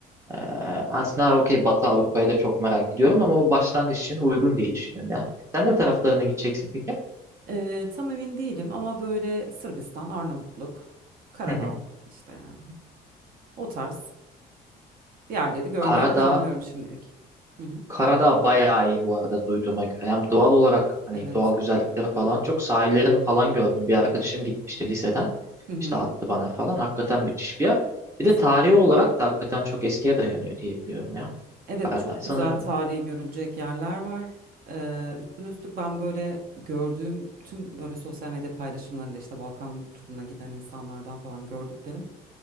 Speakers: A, on the right; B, on the right.
A: Ee, aslında okey Batı Avrupa'yı da çok merak ediyorum ama o başlangıç için uygun diye düşünüyorum ya. Sen ne taraflarına gideceksin peki?
B: Ee, tam emin değilim ama böyle Sırbistan, Arnavutluk, Karadağ
A: Hı hı.
B: işte yani. O tarz yerleri görmeyi
A: Karadağ,
B: planlıyorum şimdilik. Hı hı.
A: Karadağ bayağı iyi bu arada duyduğuma göre. Hem doğal olarak hani
B: Evet.
A: doğal güzellikleri falan çok sahillerini falan gördüm. Bir arkadaşım gitmişti liseden.
B: Hı hı.
A: İşte attı bana falan. Hakikaten müthiş bir yer.
B: Kesinlikle.
A: Bir de tarihi olarak da hakikaten çok eskiye dayanıyor diye biliyorum ya.
B: Evet
A: Karadağ
B: çok
A: sanırım.
B: güzel tarihi görülecek yerler var. Ee, üstüne üstlük ben böyle gördüğüm tüm böyle sosyal medya paylaşımlarında işte Balkan turuna giden insanlardan falan gördüklerim.